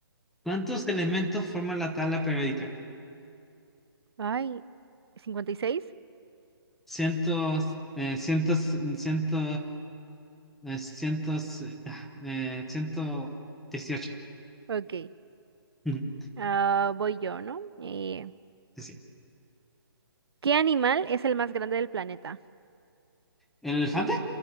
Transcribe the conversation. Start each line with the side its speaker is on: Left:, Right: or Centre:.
Centre: ¿Cuántos elementos forman la tabla periódica?
Right: Ay, Cincuenta y seis.
Centre: Cientos, eh, cientos, ciento, eh, cientos, eh, eh, ciento dieciocho.
Right: Ok.
Centre: Ujú,
Right: Ah, voy yo, ¿no? Eh,
Centre: Sí. sí.
Right: ¿Qué animal es el más grande del planeta?
Centre: ¿El elefante?